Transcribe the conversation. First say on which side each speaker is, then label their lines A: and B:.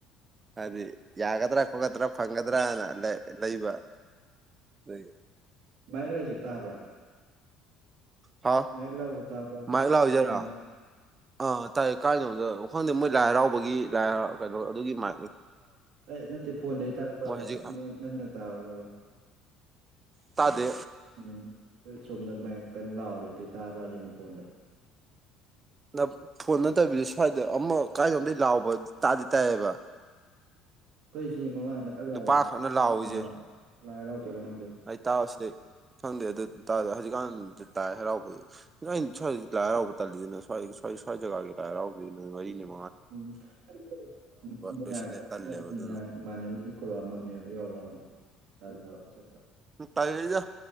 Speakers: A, on the right (about 25°); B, on the right (about 65°).
A: ꯍꯥꯏꯗꯤ ꯌꯥꯒꯗ꯭ꯔꯥ ꯈꯣꯠꯀꯗ꯭ꯔꯥ ꯐꯪꯒꯗ꯭ꯔꯅ ꯂꯩꯕ ꯑꯗꯨꯒꯤ
B: ꯚꯥꯏ ꯑꯩ ꯋꯥꯔꯤꯁꯦ ꯇꯥꯕ꯭ꯔꯥ
A: ꯍꯥꯥꯎ
B: ꯃꯥꯏꯛ ꯂꯥꯎꯕ ꯇꯥꯕ꯭ꯔꯥ
A: ꯃꯍ ꯂꯥꯛꯑꯣꯖꯔꯑꯣ
B: ꯑꯥ
A: <unintelligible> ꯑꯥ ꯇꯥꯏꯌꯦ ꯀꯥꯏꯅꯣꯗ ꯈꯪꯗꯦ ꯃꯣꯏ ꯂꯥꯏ ꯍꯔꯥꯎꯕꯒꯤ ꯂꯥꯏꯍ ꯀꯩꯅꯣ ꯑꯗꯨꯒꯤ ꯃ
B: ꯑꯦ ꯅꯠꯇꯦ ꯐꯣꯟꯗꯒꯤ ꯇꯥꯔꯛꯄ꯭ꯔꯕ
A: ꯃꯣꯏ ꯍꯧꯖꯤꯛ
B: ꯅꯣ ꯅꯪꯅ ꯇꯥꯕ꯭ꯔꯕ
A: ꯇꯥꯗꯦ
B: ꯎꯝ ꯍꯣꯏ ꯁꯣꯝꯗ ꯃꯥꯏꯛ ꯀꯟꯅ ꯂꯥꯎꯔꯦ ꯑꯗꯨꯏ ꯇꯥꯕ꯭ꯔꯥꯖꯤꯅꯦ ꯐꯣꯟꯗ
A: ꯅ ꯐꯣꯟ ꯅꯠꯇꯕꯤꯗ ꯁ꯭ꯋꯥꯏꯗ ꯑꯃ ꯀꯥꯏꯗꯅꯣꯝꯃꯗꯤ ꯂꯥꯎꯕ ꯇꯥꯗꯤ ꯇꯥꯏꯌꯦꯕ
B: ꯀꯣꯏꯁꯤ ꯃꯃꯥꯡꯗ ꯀꯜ ꯂꯥꯎꯏ
A: ꯅꯨꯄꯥ ꯈꯛꯅ ꯂꯥꯎꯏꯖꯦ
B: ꯑꯥ ꯂꯥꯏ ꯍꯔꯥꯎꯗꯣꯏꯔ ꯈꯪꯗꯦ
A: ꯑꯩ ꯇꯥꯎ ꯁꯤꯗꯩꯩ ꯈꯪꯗꯦ ꯑꯗꯨꯇꯥꯗ ꯍꯧꯖꯤꯛꯀꯥꯟ ꯂꯥꯏ ꯍꯔꯥꯎꯕꯩ ꯅꯣꯏ ꯁ꯭ꯋꯥꯏꯗ ꯂꯥꯏ ꯍꯔꯥꯎꯕ ꯇꯜꯂꯤꯖꯤꯅ ꯁ꯭ꯋꯥꯏꯗ ꯁ꯭ꯋꯥꯏ ꯁ꯭ꯋꯥꯏ ꯖꯒꯥꯒꯤ ꯂꯥꯏ ꯍꯥꯔꯥꯎꯗꯦ ꯅꯨꯃꯤꯠ ꯃꯔꯤꯅꯤ ꯃ
B: ꯎꯝ <unintelligible> <unintelligible>
A: ꯂꯣꯏꯁꯤꯜꯂꯦ
B: ꯈꯛꯇꯪ
A: ꯇꯜꯂꯦꯕ
B: ꯌꯥꯎꯕꯅꯤ
A: ꯑꯗꯨꯅ
B: ꯅꯍꯥꯟ ꯏꯃꯥꯟꯅꯕꯅꯗꯤ ꯀꯧꯔꯛꯑꯝꯅꯦꯕ ꯌꯥꯎꯔꯨꯂꯥꯛꯑꯣ ꯇꯜꯂꯕ ꯆꯠꯄ
A: ꯇꯥꯜꯂꯤꯗ